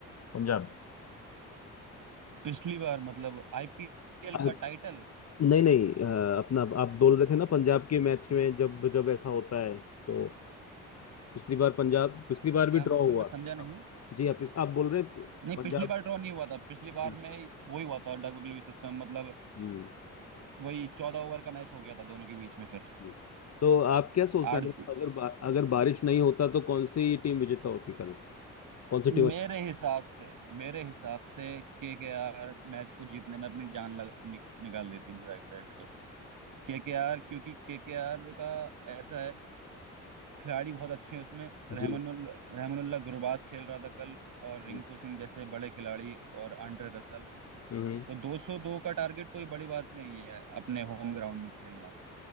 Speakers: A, on the left (about 45°); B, on the right (about 65°).
A: पंजाब
B: पिछली बार मतलब आईपीएल
A: अ,
B: का टाइटल
A: नहीं नहीं अ, अपना आप बोल रहे थे ना पंजाब के मैच में जब जब ऐसा होता है तो पिछली बार पंजाब पिछली बार
B: क्या
A: भी
B: मतलब
A: ड्रॉ हुआ
B: मैं समझा नहीं
A: आप जी आप आप बोल रहे हैं
B: नहीं
A: पंजाब
B: पिछली बार ड्रॉ नहीं हुआ था पिछली बार
A: हम्म,
B: में वही हुआ था डग लुईस सिस्टम मतलब
A: हम्म।
B: वही चौदह ओवर का मैच हो गया था दोनों के बीच में फिर
A: हम्म। तो आप क्या सोचते
B: आठ
A: हैं अगर अगर, बा, अगर बारिश नहीं होता तो कौन सी टीम विजेता होती कल कौन सी टीम अच्छी?
B: मेरे हिसाब से मेरे हिसाब से के के आर मैच को जीतने में अपनी जान लग, नि, निकाल देती मजाक से हट के के के आर क्योंकि के के आर का ऐसा है खिलाड़ी बहुत अच्छे हैं उसमें रहमानुल
A: जी
B: रहमानुल्लाह गुरबाज खेल रहा था कल और
A: जी
B: रिंकू सिंह जैसे बड़े खिलाड़ी और आंड्रे रसल
A: हम्म,
B: तो 202 का टारगेट कोई बड़ी बात नहीं है अपने होम ग्राउंड में खेलना